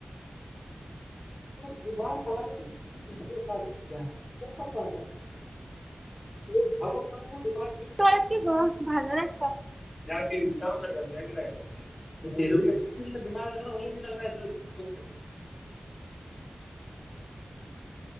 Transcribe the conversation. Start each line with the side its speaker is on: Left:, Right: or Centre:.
Left: दिमाग खला सालू क्या पकड एक झगड मारला दिमाग <unintelligible>
Right: तळ की ग भाजल्यास का?
Left: दिम नगरा हली नगरा <inaudible>